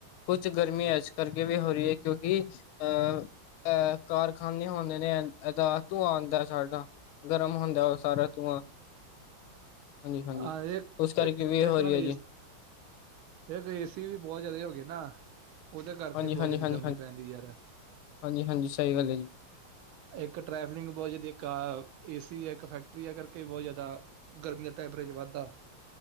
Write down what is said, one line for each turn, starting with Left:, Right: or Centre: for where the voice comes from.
Left: ਕੁਛ ਗਰਮੀ ਇਸ ਕਰਕੇ ਵੀ ਹੋ ਰਹੀ ਏ ਕਿਉਂਕਿ ਅਹ ਅਹ ਕਾਰਖਾਨੇ ਹੁੰਦੇ ਨੇ ਧੂੰਆ ਆਉਂਦਾ ਸਾਡਾ ਗਰਮ ਹੁੰਦਾ। ਸਾਰਾ ਧੂਆਂ ਹਾਂਜੀ,
Right: ਅ
Left: ਹਾਂਜੀ ਉਸ ਕਰਕੇ ਵੀ ਹੋ ਰਹੀ
Right: ਨਾਲ
Left: ਹੈ ਜੀ
Right: ਇੱਕ ਏ ਸੀ ਵੀ ਬਹੁਤ ਜਿਆਦਾ ਹੋ ਗਏ ਨੇ ਨਾ ਉਹਦੇ ਕਰਕੇ
Left: ਹਾਂਜੀ-ਹਾਂਜੀ-ਹਾਂਜੀ-ਹਾਂਜੀ
Right: ਬਹੁਤ ਜ਼ਿਆਦਾ ਗਰਮੀ ਪੈਂਦੀ ਯਾਰਾ
Left: ਹਾਂਜੀ-ਹਾਂਜੀ ਸਹੀ ਗੱਲ ਹੈ ਜੀ
Right: ਇੱਕ ਟਰੈਵਲਿੰਗ ਬਹੁਤ ਜ਼ਿਆਦਾ ਇੱਕ ਕਾਰ ਏ ਸੀ ਹੈ ਇੱਕ ਫੈਕਟਰੀ ਹੈ ਕਰਕੇ ਬਹੁਤ ਜ਼ਿਆਦਾ ਗਰਮੀ ਦਾ ਟੈਂਪਰੇਚਰ ਵੱਧਦਾ